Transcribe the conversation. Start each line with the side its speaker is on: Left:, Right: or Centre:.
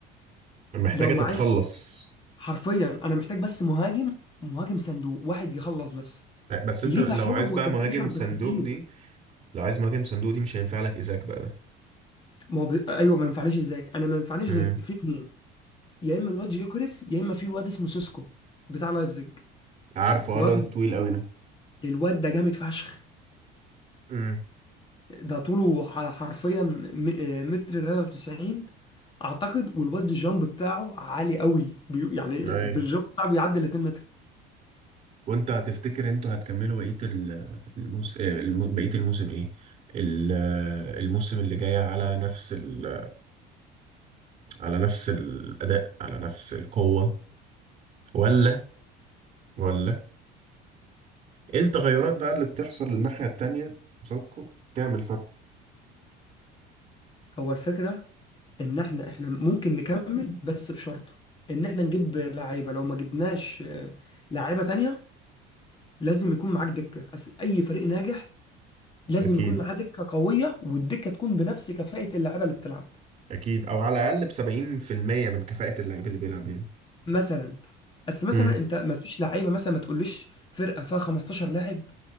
Right: محتاجة
Left: لو معايا
Right: تتخلص
Left: طب- حرفيا انا محتاج بس مهاجم مهاجم صندوق واحد يخلص بس
Right: آه، بس انت
Left: ليفا
Right: لو
Left: حلو
Right: عايز بقى
Left: كفينشر
Right: مهاجم
Left: بس
Right: صندوق
Left: تقيل
Right: دي لو عايز مهاجم صندوق دي مش هينفع لك ايزاك بقى ده
Left: ما هو ب... ايوه ما ينفعنيش ازاك انا ما ينفعنيش
Right: امم
Left: غير في اتنين يا اما الواد جيوكريس يا اما في واد اسمه سيسكو بتاع لايفزيج
Right: عارفه
Left: واد
Right: اه الواد الطويل قوي ده
Left: الواد ده جامد فشخ
Right: امم
Left: ده طوله ح- حرفيا م... آه، متر 93 اعتقد والواد الجامب بتاعه عالي قوي بي... يعني
Right: ايوه
Left: بالجامب بتاعه بيعدي ال 2 متر
Right: وانت هتفتكر انتوا هتكملوا بقية ال- الموس... آه، الم... بقية الموسم ايه ال- آه، الموسم اللي جاي على نفس ال... على نفس الأداء على نفس القوة ولا ولا ايه التغيرات بقى اللي بتحصل الناحية التانية قصادكوا تعمل فرق
Left: هو الفكرة ان احنا احنا ممكن نكمل بس بشرط ان احنا نجيب لعيبه لو ما جبناش آه، لعيبه تانية لازم يكون معاك دكه أس- اي فريق ناجح لازم
Right: اكيد
Left: يكون معاه دكه قويه والدكه تكون بنفس كفاءه اللعيبه اللي بتلعب
Right: اكيد او على الاقل بسبعين في المية من كفاءة اللعيب اللي بيلعب يعني
Left: مثلا بس مثلا
Right: مم.
Left: انت ما فيش لعيبه مثلا ما تقوليش فرقه فيها 15 لاعب